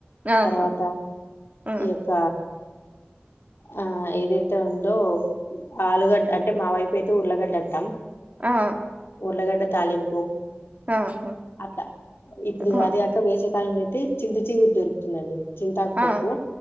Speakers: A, on the right; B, on the left.
A: ఆహా
B: తర్వాత
A: ఆ
B: ఈ యొక్క ఆ ఏదైతే ఉందో ఆలుగడ్ అంటే మా వైపు అయితే ఉలగడ్డ అట్ట
A: ఆ
B: ఉలగడ్డ తాలింపు
A: ఆహా
B: అట్లా ఇప్పుడు
A: ఆ
B: అదియాక వేసవికాలంలో తీ చింతే చిగురు దొరుకుతుందండి చింతాకు పప్పు
A: ఆ